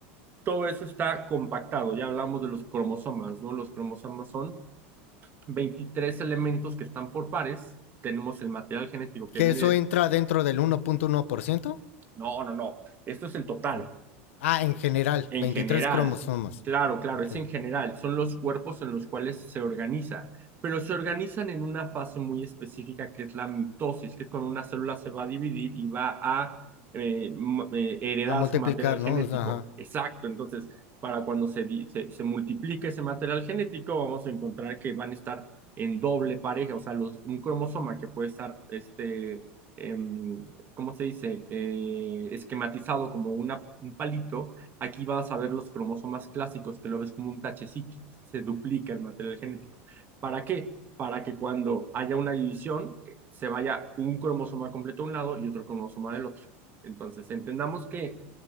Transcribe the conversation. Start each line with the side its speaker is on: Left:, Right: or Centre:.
Right: todo eso está compactado. Ya hablamos de los cromosomas, ¿no? Los cromosomas son 23 elementos que están por pares, tenemos el material genético que
Left: ¿Que
Right: viene,
Left: eso entra dentro del 1.1%?
Right: no, no, no, esto es el total,
Left: Mm. Ah, en general,
Right: En
Left: 23
Right: general,
Left: cromosomas.
Right: claro, claro,
Left: Ok.
Right: es en general, son los cuerpos en los cuales se organizan, pero se organizan en una fase muy específica que es la mitosis, que es cuando una célula se va a dividir y va a eh, m- eh, heredar
Left: A multiplicar,
Right: su material genético.
Left: ¿no? O sea, ajá.
Right: Exacto, entonces, para cuando se, di- se, se multiplique ese material genético, vamos a encontrar que van a estar en doble pareja, o sea, los, un cromosoma que puede estar, este, em, ¿cómo se dice? Eh, esquematizado como una, un palito Aquí vas a ver los cromosomas clásicos, que lo ves como un tachecito, se duplica el material genético. ¿Para qué? Para que cuando haya una división, eh, se vaya un cromosoma completo a un lado y otro cromosoma del otro. Entonces, entendamos que